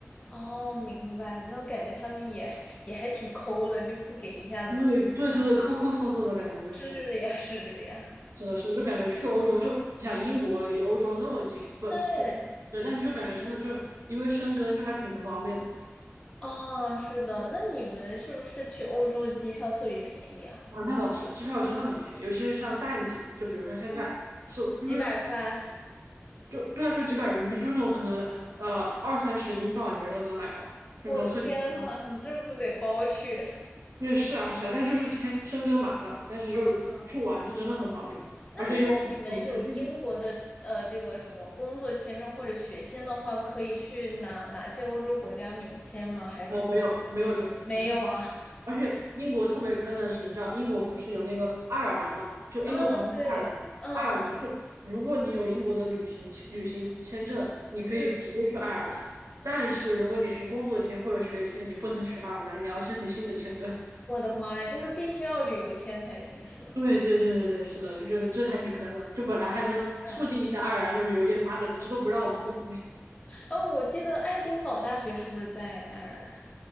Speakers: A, on the left; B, on the right.
A: 哦，明白。那我感觉他们也也还挺抠的，就不给一下子停
B: 因为对对对，抠抠搜搜的感觉就是，
A: 是呀，<laughs> 是呀。
B: 是的是，就感觉去欧洲就你想英国离欧洲那么近，不，
A: 对，
B: 我对，但是就感觉真的就因为生根就还挺不方便的
A: 哦，是的。那你们是不是去欧洲机票特别便宜啊？
B: 啊，那倒是，机票真的很便宜，尤其是像淡季嘛，就比如说现在是因为
A: 嗯，几百块？
B: 就对啊，就几百人民币，就是那种可能呃二三十英镑，有些时候都能买到，就那种特价机票。
A: 我的天呐，你这不得包去？
B: 对，是啊是啊，但是就是签深根麻烦了，但是就是去玩是真的很方便，
A: 嗯，那如果你们有英国的呃这个什么工作签证或者学签的话，
B: 而且又很很坑地。
A: 可以去哪哪些欧洲国家免签吗？还是
B: 呃，没有没有这回事，
A: 没有啊？
B: 而且英国特别坑的是，你知道英国不是有那个爱尔兰嘛？就英国旁边是爱尔兰嘛，
A: 啊，对，嗯嗯
B: 爱尔兰是如果你有英国的旅行签旅行签证，你可以直接去爱尔兰，
A: 嗯。
B: 但是如果你是工作签或者学签，你不能去爱尔兰，你要申请新的签证。
A: 我的妈呀，就是必须要旅游签才行，是吗？
B: 对对对对对，是的，就觉得这还挺坑的，就本来还能促进一下爱尔兰的旅游业发展的，
A: 是啊，
B: 这都不让我们公，嗯
A: 哦，我记得爱丁堡大学是不是在爱尔兰？